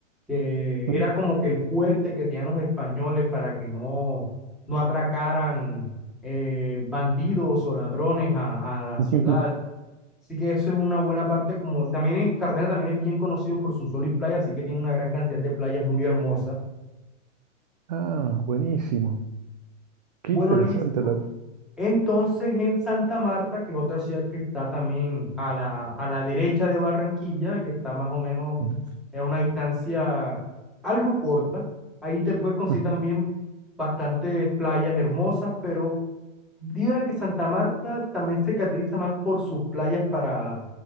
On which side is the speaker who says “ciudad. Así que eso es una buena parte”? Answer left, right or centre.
Centre